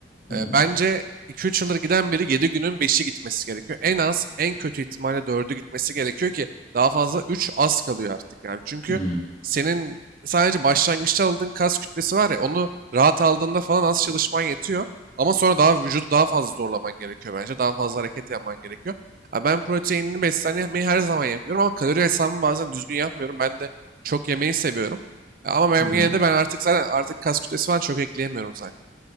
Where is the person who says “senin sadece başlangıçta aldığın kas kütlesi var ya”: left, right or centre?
Right